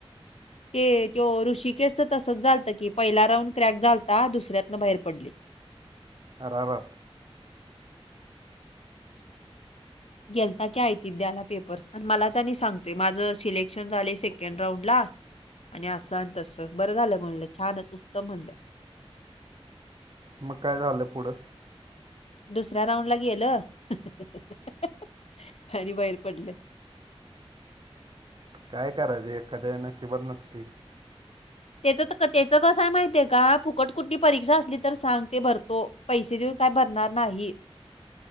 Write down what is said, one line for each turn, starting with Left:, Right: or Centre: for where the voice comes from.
Left: ते तो ऋषिकेशच तसंच झालतं की पहिला राऊंड क्रॅक चालता दुसऱ्यातनं बाहेर पडला.
Right: अररर.
Left: <inaudible> गेलता की ऐ त द्याला पेपर मलाच आणि सांगतोय माझं सिलेक्शन झाले सेकंड राऊंड ला. आणि असं तसं बरं झालं म्हणलं छानच उत्तम म्हणलं.
Right: मग काय झाललं पुढं?
Left: दुसऱ्या राऊंड ला गेलं <unintelligible> आणि बाहेर पडलं.
Right: काय करायचं एखाद्याण्या शिबत नसते.
Left: त्याच त्याचं कसंय माहितय का फुकट कुठली परीक्षा असली तर सांग ते भरतो. पैसे देऊन काय भरणार नाही.